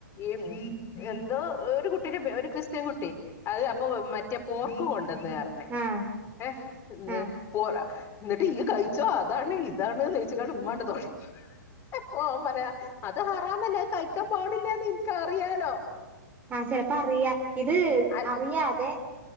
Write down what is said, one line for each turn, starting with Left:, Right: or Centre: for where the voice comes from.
Left: ഈ എന്തോ ഒരു കുട്ടിരെ പേ ഒരു ക്രിസ്ത്യൻ കുട്ടി അത് അപ്പൊ മറ്റേ പോർക്കുകൊണ്ട് ട്ട്ന്ന് പറഞ്ഞ്
Right: ആഹ്
Left: ഏ എന്ത്
Right: ആഹ്
Left: പോ എന്നിട്ട് ഈയ് കഴിച്ചോ അതാണ് ഇതാണ് ചോയിച്ചിക്കാണ് ഉമ്മാണ്ട് തോളി പോ ഓൻ പറയാ അത് ഹറാമല്ലേ അത് കഴിക്കാൻ പാടില്ലാന്ന് എൻക്കറിയാലോ
Right: ആഹ് ചെലപ്പോ അറിയ ഇത്
Left: അൽ
Right: അറിയാതെ